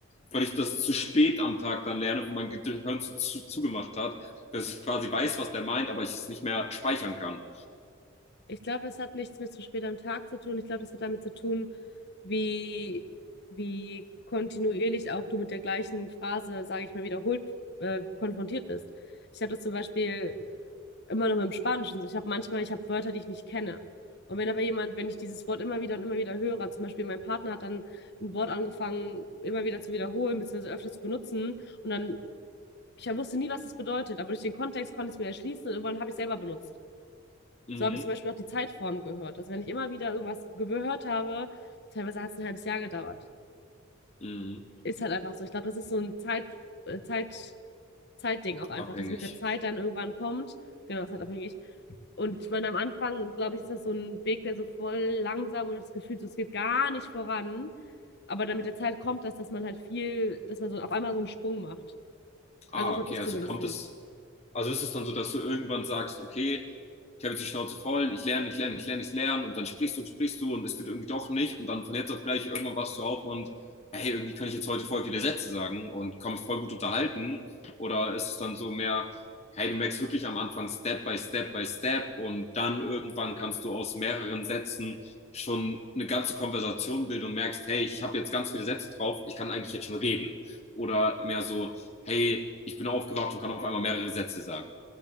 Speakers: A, on the left; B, on the left.
A: weil ich das zu spät am Tag dann lerne, wo mein Gehirn zu, zu, zugemacht hat, dass ich quasi weiß, was der meint, aber ich es nicht mehr speichern kann.
B: Ich glaube, das hat nichts mit zu spät am Tag zu tun. Ich glaube, das hat damit zu tun, wie, wie kontinuierlich auch du mit der gleichen Phrase, sage ich mal, wiederholt äh, konfrontiert bist. Ich hatte zum Beispiel immer noch mit dem Spanischen. So, ich habe manchmal, ich habe Wörter, die ich nicht kenne. Und wenn aber jemand, wenn ich dieses Wort immer wieder und immer wieder höre, zum Beispiel mein Partner hat dann ein Wort angefangen, immer wieder zu wiederholen, beziehungsweise öfter zu benutzen, und dann, ich wusste nie, was das bedeutet, aber durch den Kontext konnte ich es mir erschließen und irgendwann habe ich es selber benutzt.
A: Mhm,
B: So habe ich zum Beispiel auch die Zeitform gehört. Dass wenn ich immer wieder irgendwas gehört habe, teilweise hat es ein halbes Jahr gedauert.
A: mhm,
B: Ist halt einfach so. Ich glaube, das ist so ein Zeit, äh, Zeit, Zeitding auch einfach,
A: abhängig.
B: dass mit der Zeit dann irgendwann kommt. Genau, das ist halt abhängig. Und ich meine, am Anfang, glaube ich, ist das so ein Weg, der so voll langsam und hat das Gefühl, so, es geht gar nicht voran. Aber dann mit der Zeit kommt das, dass man halt viel, dass man so auf einmal so einen Sprung macht.
A: Ah,
B: Also das
A: okay,
B: ist
A: also
B: zumindestens.
A: kommt das Also ist es dann so, dass du irgendwann sagst, okay, ich habe jetzt die Schnauze voll, ich lerne, ich lerne, ich lerne, ich lerne und dann sprichst du und sprichst du und es wird irgendwie doch nicht und dann von jetzt auf gleich irgendwann wachst du auf und hey, irgendwie kann ich jetzt heute voll viele Sätze sagen und kann mich voll gut unterhalten oder ist es dann so mehr, hey, du merkst wirklich am Anfang Step by Step by Step und dann irgendwann kannst du aus mehreren Sätzen schon eine ganze Konversation bilden und merkst, hey, ich habe jetzt ganz viele Sätze drauf, ich kann eigentlich jetzt schon reden oder mehr so hey, ich bin aufgewacht und kann auf einmal mehrere Sätze sagen.